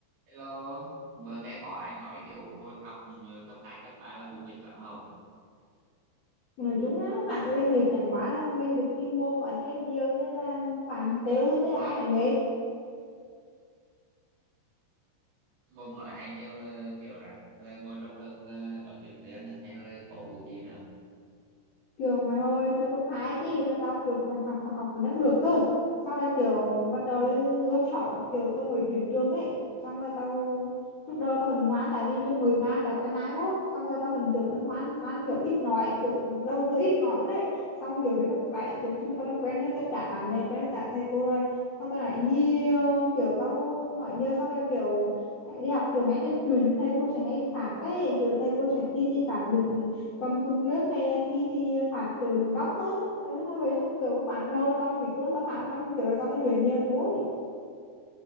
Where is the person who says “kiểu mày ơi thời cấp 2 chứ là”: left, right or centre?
Left